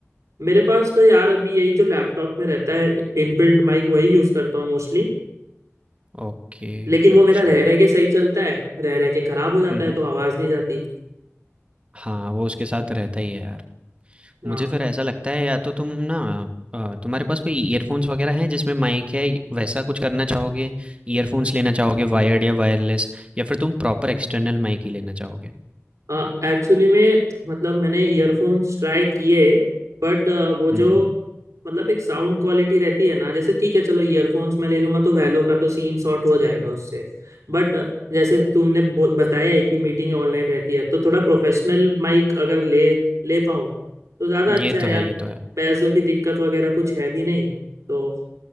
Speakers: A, on the right; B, on the right.
A: मेरे पास तो यार अभी यही जो लैपटॉप में रहता है इनबिल्ट माइक वही यूज करता हूँ मोस्टली
B: ओके
A: लेकिन वो
B: अच्छा
A: मेरा रह रह के सही चलता है रह रह के खराब हो जाता
B: हम्म
A: है
B: हम्म
A: तो आवाज नहीं जाती
B: हाँ वो उसके साथ रहता ही है यार
A: हाँ
B: मुझे फिर ऐसा लगता है या तो तुम ना अ, तुम्हारे पास कोई ईयरफोन्स वगैरह हैं जिसमें माइक है वैसा कुछ करना चाहोगे ईयरफोन्स लेना चाहोगे वायर्ड या वायरलेस या फिर तुम प्रॉपर एक्सटर्नल माइक ही लेना चाहोगे
A: एक्चुअली में मतलब मैंने ईयरफोन्स ट्राई किए बट वो जो
B: हम्म
A: मतलब एक साउंड क्वालिटी रहती है ना जैसे ठीक है चलो ईयरफोन्स मैं ले लूंगा तो वैलो का तो सीन शॉर्ट हो जाएगा उससे बट जैसे तूने बो- बताया है कि मीटिंग ऑनलाइन रहती है तो थोड़ा प्रोफेशनल माइक अगर ले ले पाऊँ तो ज़्यादा अच्छा
B: ये
A: है
B: तो है
A: यार
B: ये तो है
A: पैसों की दिक्कत वगैरह कुछ है भी नहीं तो